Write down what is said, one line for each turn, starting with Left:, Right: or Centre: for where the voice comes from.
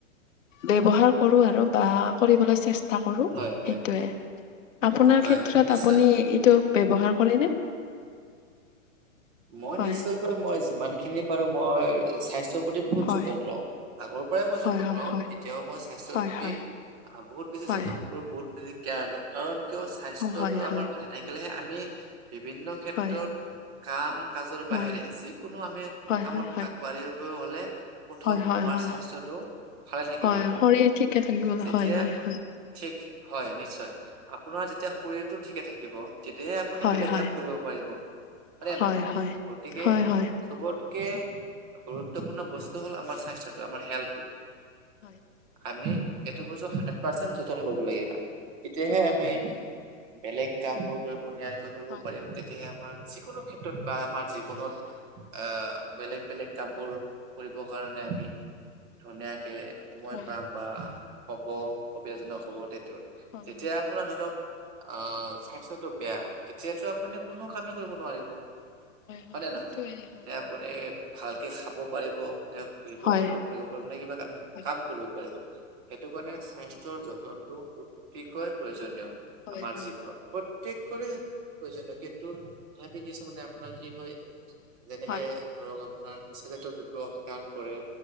Left: ব্যৱহাৰ কৰো আৰু বা কৰিবলৈ চেষ্টা কৰো
Right: হয় হয়
Left: সেইটোৱে আপোনাৰ
Right: হয়
Left: ক্ষেত্ৰত
Right: নিশ্চয়।
Left: আপুনি এইটো ব্যৱহাৰ কৰেনে
Right: মই
Left: হয়
Right: নিশ্চয়কৈ মই যিমান খিনি পাৰো মই স্বাস্থ্য প্ৰতি বহুত
Left: হয়
Right: যতন লওঁ আগৰ পৰাই মই
Left: হয়
Right: যতন
Left: হয়
Right: লওঁ
Left: হয়
Right: এতিয়াও মই স্বাস্থ্যৰ
Left: হয়
Right: প্ৰতি
Left: হয়
Right: বহুত বেছি যতন
Left: হয়
Right: কৰো বহুত যেতিয়া কাৰণ কিয় স্বাস্থ্যটো
Left: অ হয় হয়
Right: আমাৰ ভালে থাকিলেহে আমি বিভিন্ন ক্ষেত্ৰত
Left: হয়
Right: কাম কাজৰ
Left: হয়
Right: বাহিৰে যিকোনো আমি
Left: হয়
Right: কামত
Left: হয় হয়
Right: আগবাঢ়িব হ'লে প্ৰথম
Left: হয় হয়
Right: আমাৰ
Left: হয়
Right: স্বাস্থ্যটো ভালে থাকিব
Left: হয়
Right: লাগিব
Left: শৰীৰ ঠিকে থাকিবলৈ
Right: যেতিয়া
Left: হয় হয় হয়
Right: ঠিক হয় নিশ্চয় আপোনাৰ যেতিয়া শৰীৰটো ঠিকে থাকিব তেতিয়াহে আপুনি
Left: হয়
Right: বেলেগ
Left: হয়
Right: কাম কৰিব পাৰিব হয়নে
Left: হয়
Right: নহয়
Left: হয়
Right: গতিকে
Left: হয় হয়
Right: চবত কে গুৰুত্বপূৰ্ণ বস্তু হ'ল আমাৰ স্বাস্থ্যটো আমাৰ হেল্থ
Left: হয়
Right: আমি এইটো বস্তু হাড্ৰেড পাৰ্চেন্ট যতন ল'ব লাগিব তেতিয়াহে
Left: হয়
Right: আমি
Left: হয়
Right: বেলেগ কামবোৰ কৰিব নিয়াৰিকৈ
Left: হয়
Right: তেতিয়া
Left: হয়
Right: আমাৰ যিকোনো ক্ষেত্ৰত বা আমাৰ জীৱনত আহ বেলেগ বেলেগ কাম বোৰ কৰিব কাৰণে আমি ধুনীয়া তাকে সময়
Left: হয়
Right: পাম বা হ'ব সুবিধাজনক হ'বত
Left: হয়
Right: যেতিয়া
Left: হয়
Right: আপোনাৰ ধৰক আহ স্বাস্থ্য টো বেয়া তেতিয়াতো আ পুনি কোনো কামেই কৰিব নোৱাৰিব হয়
Left: হয়
Right: নে
Left: সেইটোৱে
Right: নহয়
Left: হয়
Right: নে
Left: হয়
Right: আপুনি ভালকে খাব পাৰিব নে ঘূৰিব
Left: হয়
Right: পাৰিব ফুৰিব পাৰিব নে কিবা আমি
Left: হয়
Right: কাম কৰিব পাৰিব। সেইটো কাৰণে স্বাস্থ্যৰ যতনটো অতিকৈ প্ৰয়োজনীয়।
Left: হয়
Right: আমাৰ
Left: হয় হয়
Right: জীৱনত প্ৰত্যকৰে প্ৰয়োজনীয় কিন্তু তথাপি কিছু মানে আপোনাৰ কি হয় যেনেকে
Left: হয় হয়
Right: ধৰক আপোনাৰ নিচা জাতীয় দ্ৰব্য সেৱন কৰে।